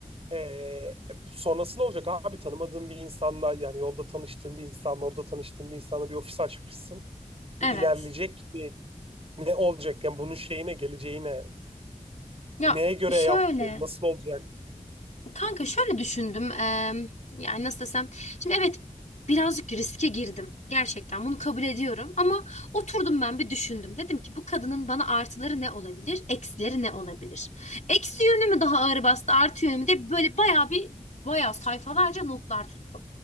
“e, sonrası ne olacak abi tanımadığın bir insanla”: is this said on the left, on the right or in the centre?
Right